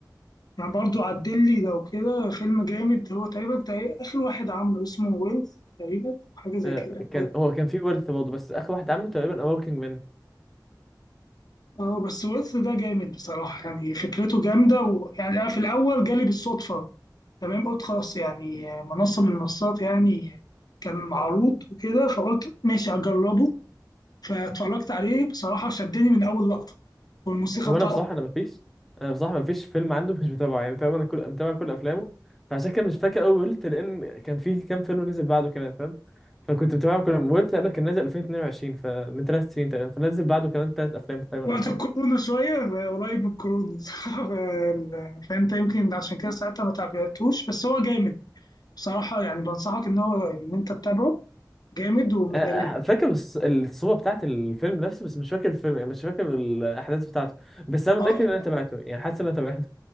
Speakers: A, on the left; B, in the centre.
A: يعني برضو عدل لي لو كده فيلم جامد هو تقريبا تق- اخر واحد عامله اسمه ويلز تقريبا أو حاجه زي
B: آه،
A: كده
B: كان هو كان في ويلث برضه بس اخر واحد عامله تقريبا اوركينج مان
A: اه بس ويلز ده جامد بصراحه يعني فكرته جامده ويعني انا في الاول جالي بالصدفه تمام قلت خلاص يعني منصه من المنصات يعني كان معروض وكده فقلت ماشي هجربه فاتفرجت عليه بصراحه شدني من اول لقطه والموسيقى
B: هو
A: بتاعته
B: انا بصراحه انا مفيش انا بصراحه مفيش فيلم عنده مش متابعه يعني تقريبا انا كل متابع كل افلامه فعشان كده مش فاكر قوي ويلث لان كان في كام فيلم نزل بعده كمان فاهم فكنت متابعهم كلهم ويلث قبل كان نازل 2022 فمن ثلاث سنين تقريبا فنزل بعده كمان ثلاث افلام تقريبا
A: وقت
B: او حاجه
A: الكورونا شوية قريب من الكورونا <laughs> صعب، ال- فانت يمكن عشان كده ساعتها ما تابعتوش بس هو جامد بصراحة يعني بنصحك ان هو ان انت تتابعه جامد ومن
B: أنا
A: ال...
B: فاكر الص- الصورة بتاعت الفيلم نفسه بس مش فاكر الفيلم يعني مش فاكر الأحداث بتاعته بس أنا متأكد
A: اه
B: إن أنا تابعته يعني حاسس إن أنا تابعته